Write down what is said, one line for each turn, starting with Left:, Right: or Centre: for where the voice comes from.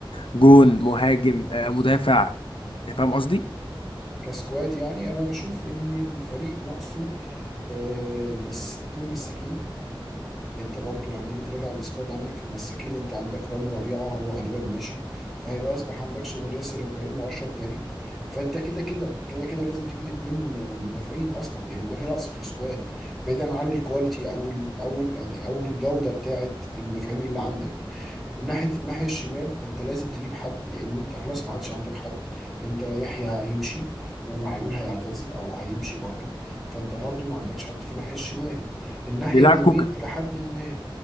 Left: كجون مهاجم آه، مدافع يعني فاهم قصدي
Centre: كسكواد يعني انا بشوف ان الفريق ناقصه آه، بس اتنين مساكين ان انت برضو لما تيجي تراجع السكواد عندك في المساكين انت عندك رامي ربيعه هو غالبا ماشي فهيبقى اصبح عندكش غير ياسر ابراهيم واشرف داري فانت كده كده كده كده لازم تجيب اتنين مدافعين اصلا لان ده في نقص في السكواد بعيدا عن الكواليتي او ال او ال او الجوده بتاعه المدافعين اللي عندك من ناحيه الناحيه الشمال انت لازم تجيب حد لان انت خلاص ما عادش عندك حد انت يحيى هيمشي ومعلول هيعتزل او هيمشي برضه فانت برضه ما عندكش حد في الناحيه الشمال الناحيه
Left: بيلعب
Centre: اليمين
Left: كوكا
Centre: الى حد ما